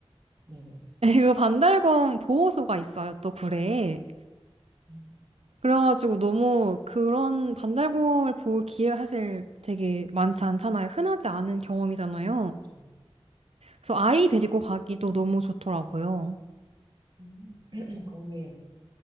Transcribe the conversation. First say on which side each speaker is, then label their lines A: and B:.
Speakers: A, on the right; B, on the right.
A: 네네.
B: 그 반달곰 보호소가 있어요, 또 굴에.
A: 음,
B: 그래가지고 너무 그런 반달곰을 볼 기회가 사실 되게 많지 않잖아요. 흔하지 않은 경험이잖아요.
A: 음.
B: 그래서 아이 데리고 가기도 너무 좋더라고요.
A: 음, <clears throat> 거기에